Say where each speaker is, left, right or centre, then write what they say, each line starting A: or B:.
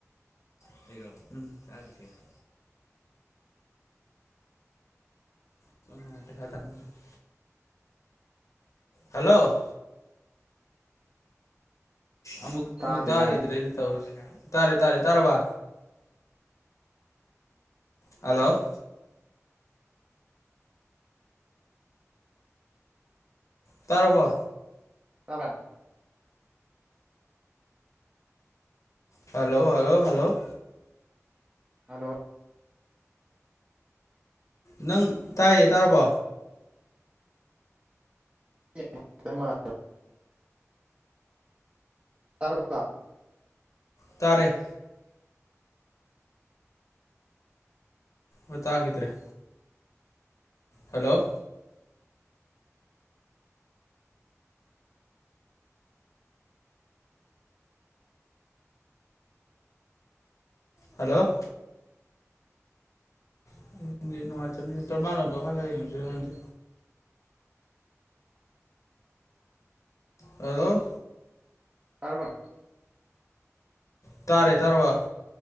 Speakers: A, on the left; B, on the right.
A: <inaudible> <inaudible> ꯍꯜꯂꯣ ꯑꯃꯨꯛ
B: ꯇꯥꯗꯦꯅꯦ
A: ꯑꯃꯨꯛ ꯇꯥꯈꯤꯗ꯭ꯔꯦꯅꯦ
B: ꯍꯥꯏ
A: ꯇꯧꯔꯤꯁꯤ ꯇꯥꯔꯦ ꯇꯥꯔꯦ ꯇꯥꯔꯕ ꯑꯜꯂꯣ ꯇꯥꯔꯕꯣ
B: ꯇꯕ꯭ꯔꯥ
A: ꯍꯜꯂꯣ ꯍꯜꯂꯣ ꯍꯜꯂꯣ
B: ꯍꯜꯂꯣ
A: ꯅꯪ ꯇꯥꯏꯌꯦ ꯇꯥꯔꯕꯣ
B: <unintelligible> <inaudible> <unintelligible> <inaudible>
A: ꯇꯥꯔꯦ ꯍꯣ ꯇꯥꯈꯤꯗ꯭ꯔꯦ ꯍꯜꯂꯣ ꯍꯜꯂꯣ <unintelligible> ꯅꯦꯠ ꯅꯨꯡꯉꯥꯏꯇꯕꯅꯤ ꯇꯣꯔꯕꯥꯜꯂꯣꯝꯗ ꯀꯥ ꯈꯠꯂꯒꯥ ꯌꯦꯡꯉꯨꯁꯤꯔ ꯈꯪꯗꯦ ꯍꯜꯂꯣ
B: ꯇꯔꯕꯥ
A: ꯇꯥꯔꯦ ꯇꯥꯔꯕ